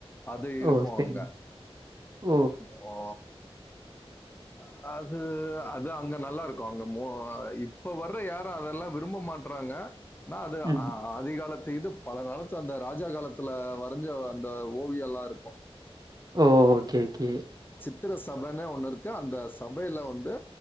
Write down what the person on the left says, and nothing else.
அது இருக்கும்
அங்க
அங்கப் ஹோ ஆஹ் அது அது அங்க நல்லா இருக்கும் அங்க மோ இப்ப வர்ற யாரு அதெல்லா விரும்ப மாட்டறாங்க னா அது
ஆதிகாலத்து இதுப் பழங்காலத்து அந்த ராஜா காலத்துல வரைஞ்ச அந்த ஓவியல்லாருக்கு
சித்திர சபனே ஒண்ணு இருக்கு அந்த சபையில வந்து